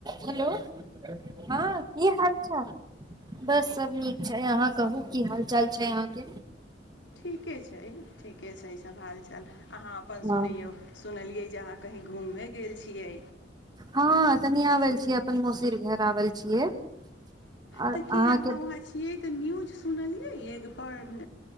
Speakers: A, on the right; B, on the left.
A: hello हँ की हाल चाल बस सब नीक छै अहाँ के कहू की हाल चाल छै अहाँके
B: ठीके छै ठीके छै सब हाल चाल अहाँ अपन सुनैयौ
A: ह
B: सुनलियै जे अहाँ कही घूमय गेल छियै
A: हँ कनी आबल छियै अपन मौसीर घर आबल छियै आओर
B: तऽ
A: अहाँके
B: की अहाँ वहाँ छियै तऽ न्यूज सुनलियै य बड़